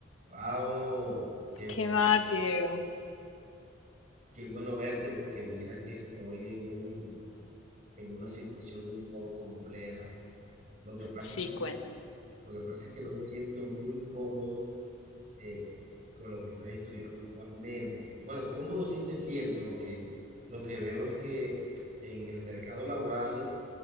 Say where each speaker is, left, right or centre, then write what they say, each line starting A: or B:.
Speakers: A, on the right; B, on the left.
A: Pau, qué,
B: ¿Qué
A: bu-
B: más, Diego?
A: qué bueno verte porque mira que estoy en un, en una situación un poco compleja. Lo que pasa
B: Sí,
A: es que,
B: cuento.
A: lo que pasa es que no me siento muy cómodo eh, con lo que estoy estudiando actualmente. Bueno, cómodo sí me siento. Lo que, lo que veo es que en el mercado laboral,